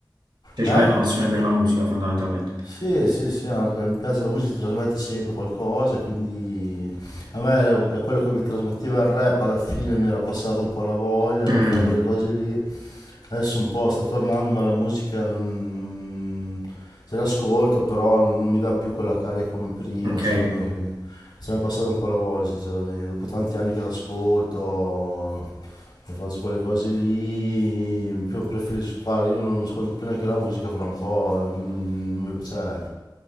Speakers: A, on the right; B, on the left.
A: Cioè,
B: Eh?
A: ce l'hai la passione per la musica fondamentalmente.
B: Sì, sì, sì, ma p- mi piace la musica, ti trasmette sempre qualcosa, quindi a me la- la- quello che mi trasmetteva il rap alla fine mi era passato un po' la voglia di
A: Mm,
B: fare quelle cose lì adesso un po' sta tornando, ma la musica non, non- se l'ascolto, però non, non mi dà più quella carica come prima,
A: ok,
B: insomma, che- se ne è passata un po' la voglia, sinceramente, dopo tanti anni che l'ascolto, che faccio quelle cose lì, pre- preferisco, guarda, io non ascolto più neanche la musica fra un po', eh, mi- non- mi- cioè,